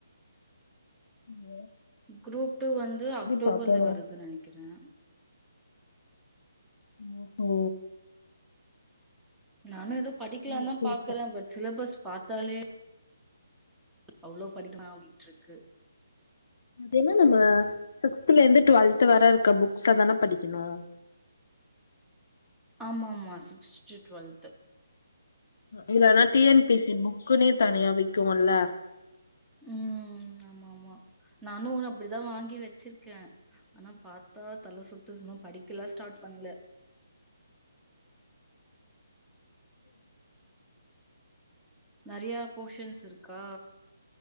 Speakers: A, on the left (about 40°); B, in the centre.
A: உம்
B: குரூப் டூ வந்து அக்டோபர்ல
A: பாப்போ
B: வருதுன்னு நெனைக்கிறே
A: உம் ஓ
B: நானு ஏதோ படிக்லான்னுதா
A: ஓகே
B: பாக்குறே
A: அப்ப
B: பட் சிலபஸ் பாத்தாலே அவ்ளோ படிப்பனா அப்டின்ட்டுருக்கு
A: அதென்ன நம்ம சிக்ஸ்த்ல இருந்து டுவெல்த் வர இருக்க புக்ஸ்சதான படிக்கணு
B: ஆமா ஆமா சிக்ஸ்த் டூ டுவெல்த்
A: இல்லனா டி என் பி சி புக்குனே தனியா விக்குல்ல
B: உம் ஆமா ஆமா நானு ஒன்னு அப்பிடிதா வாங்கி வச்சிர்க்கே ஆனா பா தா தல சுத்து துன்னோ படி கில்ல ஸ்டார்ட் பண்ல நெறையா போர்ஷன்ஸ் இருக்கா